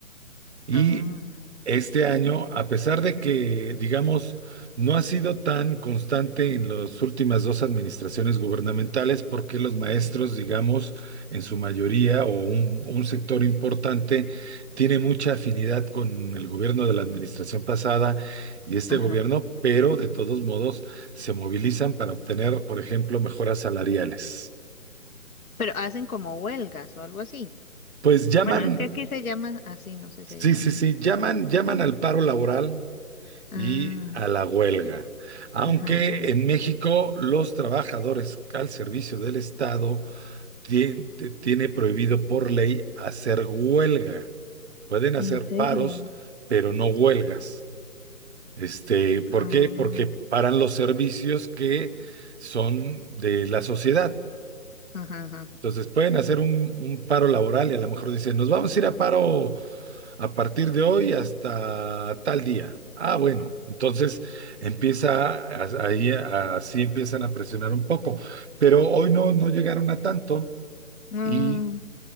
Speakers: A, on the right; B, on the left.
A: Y
B: Ah,
A: este año, a pesar de que, digamos, no ha sido tan constante en las últimas dos administraciones gubernamentales, porque los maestros, digamos, en su mayoría o un, un sector importante, tiene mucha afinidad con el gobierno de la administración pasada y este
B: ajá.
A: gobierno, pero de todos modos se movilizan para obtener, por ejemplo, mejoras salariales.
B: Pero hacen como huelgas o algo así.
A: Pues llaman,
B: Bueno, es que aquí se llama así, no sé
A: sí,
B: si ahí también.
A: sí, sí, llaman, llaman al paro laboral
B: Ah,
A: y a la huelga. Aunque
B: ajá, ajá.
A: en México los trabajadores al servicio del Estado tien- te- tiene prohibido por ley hacer huelga. Pueden
B: ¿En
A: hacer
B: serio?
A: paros, pero no huelgas. Este, ¿por
B: Ah,
A: qué? Porque paran los servicios que son de la sociedad.
B: ajá, ajá.
A: Entonces pueden hacer un, un paro laboral y a lo mejor dicen, nos vamos a ir a paro a partir de hoy hasta tal día. Ah, bueno, entonces empieza a- ahí, a- así empiezan a presionar un poco, pero hoy no, no llegaron a tanto
B: Ah,
A: y